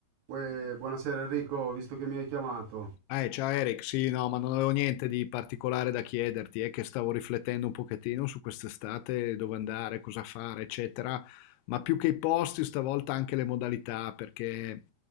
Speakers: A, on the right (about 90°); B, on the left (about 85°).
A: Uè, buonasera Enrico, visto che mi hai chiamato,
B: Eh, ciao Eric, sì, no, ma non avevo niente di particolare da chiederti, è che stavo riflettendo un pochettino su quest'estate, dove andare, cosa fare, eccetera, ma più che i posti, stavolta anche le modalità, perché